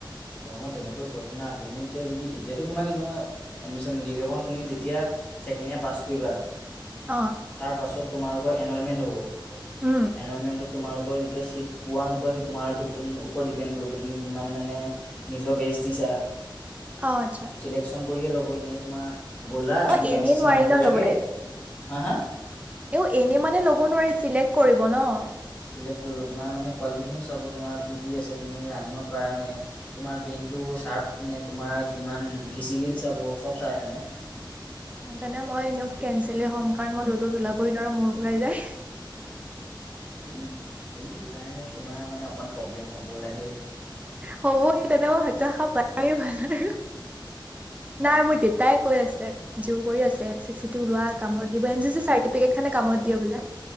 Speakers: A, on the left; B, on the right.
A: গৰমত তেনেকৈ কৰে শুনা তুমি এতিয়া যদি এতিয়াতো তোমাক এনেও এডমিশ্যন নিদিয়ে কিয় কন তুমি যেতিয়া ছেকেণ্ড ইয়াৰ পাছ কৰিবা
B: অ
A: তাৰ পাছত তোমালোকৰ এনলমেণ্ট হ'ব
B: উম
A: এনলমেণ্টতো তোমালোকৰ যেতিয়া ছিট পোৱা নোপোৱা এটো তোমাৰ ওপৰত ডিপেণ্ড কৰিব তুমি কিমান মানে নিজৰ বেচ দিছা
B: অ আচ্ছা
A: ইলেকচন কৰিয়ে ল'ব এনে তোমাৰ গ'লা
B: অ
A: মোক
B: এনেই
A: এন চি চিৰ
B: নোৱাৰি
A: নামটো
B: ন
A: লাগে
B: ল'বলে
A: হা হা
B: এও এনে মানে ল'ব নোৱাৰি চিলেক্ট কৰিব ন
A: চিলেক্ট তোমাৰ মানে কোৱালিফিকেশ্যন চাব তোমাৰ কি কি আছে তুমি ৰানিঙত পাৰা নে তোমাৰ ব্ৰেইনটো চাৰ্প নে তোমাৰ কিমান ফিজিকেলি চাব চব চাই মানে
B: অ তেনে মই এনেও কেনচেললেই হ'ম কাৰণ মই ৰদোত ওলাবই নোৱাৰো মোৰ ঘুৰাই যাই
A: উম সেইটো কাৰণে তোমাৰ মানে অকণ প্ৰব্লেম হ'ব লাগে
B: হ'বই তেনেকুৱা হতাশা পাইয়ে ভাল আৰু নাই মোৰ দেউতাই কৈ আছে জোৰ কৰি আছে এন চি চি টো লোৱা কামত দিব এন চি চি চাৰ্টিফিকেট খনে কামত দিয়ে বোলে